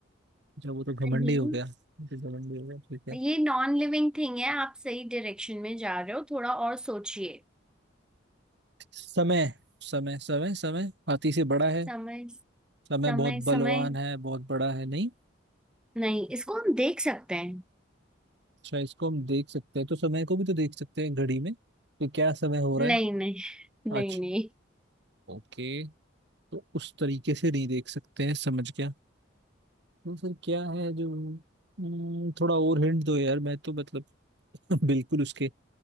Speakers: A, on the right; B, in the centre.
A: जब वो तो घमंडी
B: नहीं
A: हो गया वो तो घमंडी हो गया ठीक है
B: ये नॉन लिविंग थिंग है आप सही डायरेक्शन में जा रहे हो थोड़ा और सोचिए
A: समय समय समय समय हाथी से बड़ा है
B: समय
A: समय
B: समय
A: बहुत
B: समय
A: बलवान है बहुत बड़ा है नहीं
B: नहीं इसको हम देख सकते हैं
A: अच्छा इसको हम देख सकते हैं तो समय को भी तो देख सकते हैं घड़ी में तो क्या समय हो रहा
B: नहीं
A: है
B: नहीं नहीं
A: आज
B: नहीं
A: ओके तो उस तरीके से नहीं देख सकते हैं समझ गया तो सर क्या है जो हम्म, थोड़ा और हिंट दो यार मैं तो मतलब <laughs> बिल्कुल उसके